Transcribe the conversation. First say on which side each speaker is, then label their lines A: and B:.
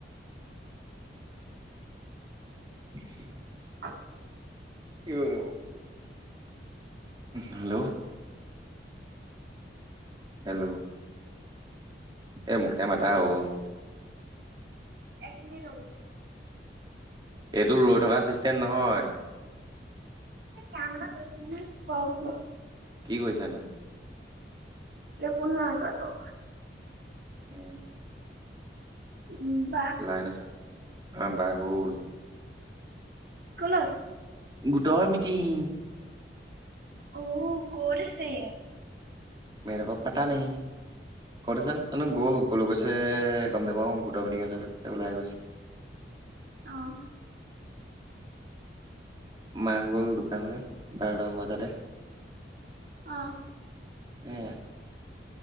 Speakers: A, on the right; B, on the right.
A: <inaudible>
B: <inaudible>
A: <inaudible> হেল্ল'। হেল্ল'। এই মুখে মাতা অ।
B: এক মিনিট ৰ'ব।
A: এইটো ৰৈ থকা ছিষ্টেম নহয়।
B: এই কাম এটা কৰিছিল ন। ক-ক-ক।
A: কি কৈছা নো?
B: একো নাই কোৱা আকৌ।
A: উম।
B: উম।
A: লাইন আছে? <unintelligible> গ'ল
B: কলৈ?
A: গোটৰ মিটিং।
B: অ ক'ত আছে?
A: মেক পাতা নেহি। ক'ত আছে নো
B: উম
A: গ'ল কলৈ গৈছে এ গম নেপাওঁ গোটৰ মিটিং আছে বুলি ওলাই গৈছে।
B: অহ।
A: মা গ'ল দোকানলে বাৰতা মান বজাতে।
B: অ।
A: এ